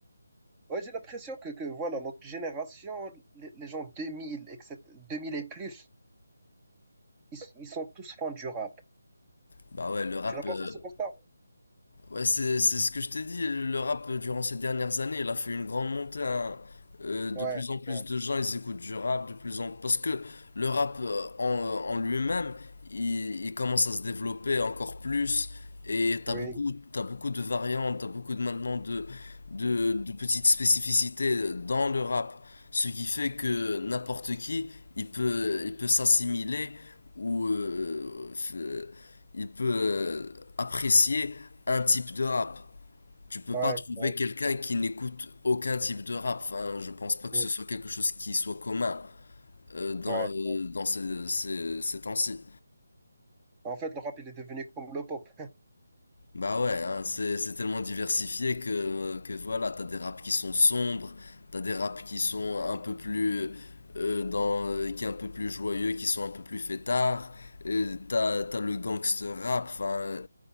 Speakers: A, on the right; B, on the left.
A: Ouais, j'ai l'impression que, que voilà, notre génération, les, les gens 2000, etc., 2000 et plus, ils, ils sont tous fans du rap.
B: Bah ouais, le rap,
A: Tu n'as pas
B: euh,
A: fait ce constat?
B: Ouais, c'est c'est ce que je t'ai dit. Le rap, euh, durant ces dernières années, il a fait une grande montée. hein. Euh, de
A: Ouais,
B: plus en plus
A: ouais,
B: de gens, ils écoutent du rap, de plus en parce que le rap euh, en, euh, en lui-même, il, il commence à se développer encore plus. Et t'as
A: oui,
B: beaucoup, t'as beaucoup de variantes, t'as beaucoup de maintenant de, de, de petites spécificités dans le rap, ce qui fait que n'importe qui, il peut, il peut s'assimiler ou euh, f- euh, il peut euh, apprécier un type de rap. Tu peux
A: ouais,
B: pas trouver
A: ouais,
B: quelqu'un qui n'écoute aucun type de rap. Enfin, je pense pas que
A: ouais,
B: ce soit quelque chose qui soit commun euh, dans,
A: ouais.
B: euh,
A: ouais.
B: dans ces, ces, ces temps-ci.
A: En fait, le rap, il est devenu comme le pop.
B: Bah ouais, hein, c'est, c'est tellement diversifié que, que voilà, t'as des raps qui sont sombres, t'as des raps qui sont un peu plus euh, dans, qui est un peu plus joyeux, qui sont un peu plus fêtards, euh, t'as, t'as le gangster rap, enfin,